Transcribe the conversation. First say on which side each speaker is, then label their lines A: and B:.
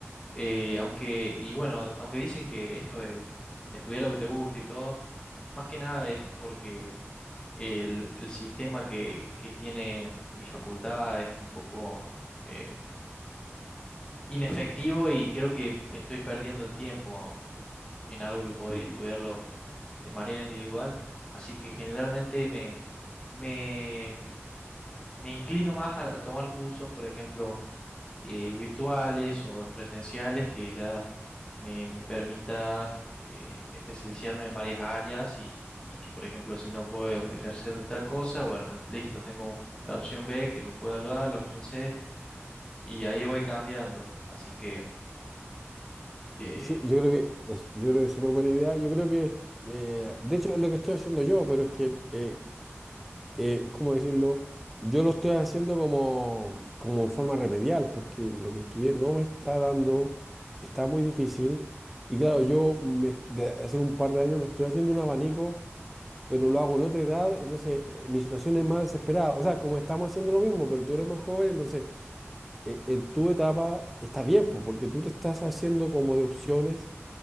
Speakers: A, on the left; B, in the centre.
A: Eh, aunque, y bueno, aunque dicen que esto de estudiar lo que te gusta y todo, más que nada es porque el, el sistema que, que tiene mi facultad es un poco eh, inefectivo y creo que estoy perdiendo el tiempo en algo que podría
B: Mm.
A: estudiarlo de manera individual. Así que generalmente me, me, me inclino más a, a tomar cursos, por ejemplo, eh, virtuales o presenciales que ya me, me permitan eh, especializarme en varias áreas y, y que, por ejemplo, si no puedo ejercer de tal cosa, bueno, listo, tengo la opción B que me puede ayudar, la opción C, y ahí voy cambiando. Así que eh,
B: Sí, yo creo que es, yo creo que es súper buena idea. Yo creo que, eh, de hecho, es lo que estoy haciendo yo, pero es que, eh, eh, ¿cómo decirlo? Yo lo estoy haciendo como, como en forma remedial, porque lo que estudié no me está dando, está muy difícil. Y claro, yo me, de hace un par de años me estoy haciendo un abanico pero lo hago en otra edad, entonces eh, mi situación es más desesperada. O sea, como estamos haciendo lo mismo, pero tú eres más joven, entonces eh, en tu etapa está bien, pues, porque tú te estás haciendo como de opciones